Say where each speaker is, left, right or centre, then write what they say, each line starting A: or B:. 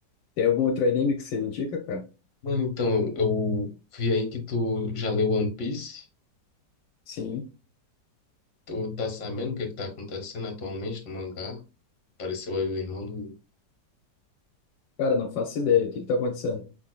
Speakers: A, on the left; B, on the left.
A: tem algum outro anime que você indica, cara?
B: Mano, então, eu, eu vi aí que tu já leu One Piece.
A: Sim.
B: Tu tá sabendo o que é que tá acontecendo atualmente no mangá? Apareceu aí o irmão do.
A: Cara, não faço ideia. O que que tá acontecendo?